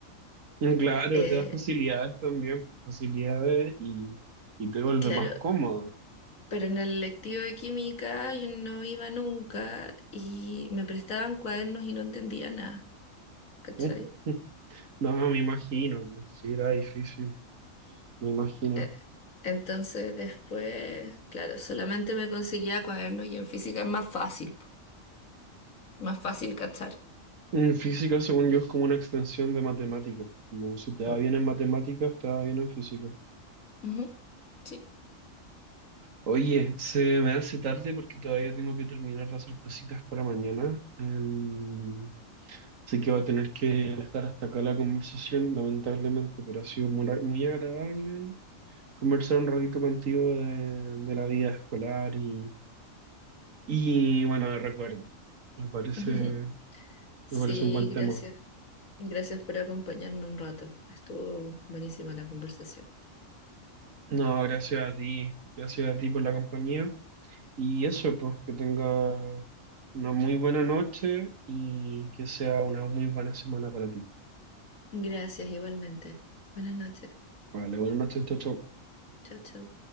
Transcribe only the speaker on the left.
Eh,
claro,
pero en el lectivo de química yo no iba nunca y me prestaban cuadernos y no entendía nada, ¿cachai?
E- Entonces después, claro, solamente me conseguía cuadernos y en física es más fácil, po, más fácil cachar.
Mm.
Ujú, sí.
<laughs> Sí,
gracias.
Gracias por acompañarme un rato. Estuvo buenísima la conversación.
Gracias igualmente. Buenas noches.
Chao, chao.